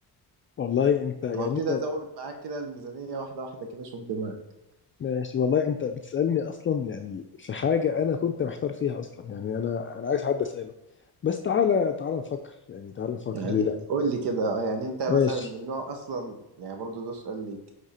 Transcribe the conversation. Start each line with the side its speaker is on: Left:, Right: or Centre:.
Left: والله انت يعني
Right: هو ابتدي
Left: انت
Right: ازود معاك كده الميزانية واحدة واحدة كده شوف دماغك
Left: ماشي والله انت بتسألني اصلا يعني في حاجة انا كنت محتار فيها اصلا يعني انا انا عايز حد اسأله بس تعالى تعالى نفكر يعني تعالى نفكر
Right: يعني
Left: ليه لا
Right: قول لي كده آه، يعني انت مثلا
Left: ماشي
Right: من نوع اصلا يعني برضو ده سؤال ليك